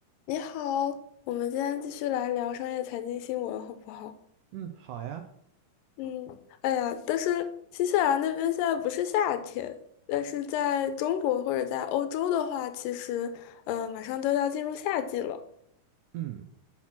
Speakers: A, on the left; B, on the right.
A: 你好，我们今天继续来聊商业财经新闻，好不好？
B: 嗯，好呀，
A: 嗯，哎呀，但是新西兰那边现在不是夏天，但是在中国或者在欧洲的话，其实呃马上都要进入夏季了。
B: 嗯